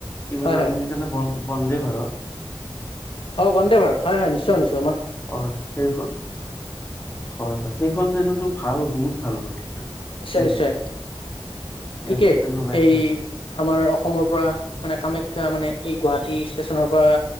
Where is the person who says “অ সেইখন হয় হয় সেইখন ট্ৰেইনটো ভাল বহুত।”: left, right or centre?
Left